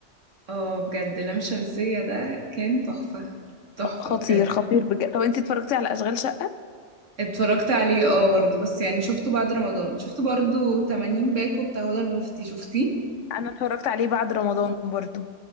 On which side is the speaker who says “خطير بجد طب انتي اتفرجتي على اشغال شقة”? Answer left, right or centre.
Left